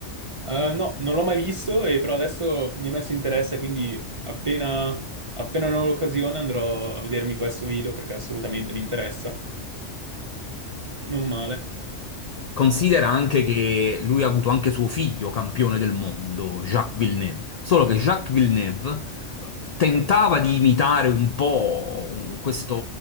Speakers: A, on the right; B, on the left.
A: Eh, no, non l'ho mai visto, e però adesso mi è messo interesse, quindi appena, appena ne ho l'occasione andrò a vedermi questo video perché assolutamente mi interessa. Non male.
B: Considera anche che lui ha avuto anche suo figlio campione del mondo, Jacques Villeneuve. Solo che Jacques Villeneuve eh, tentava di imitare un po' questo,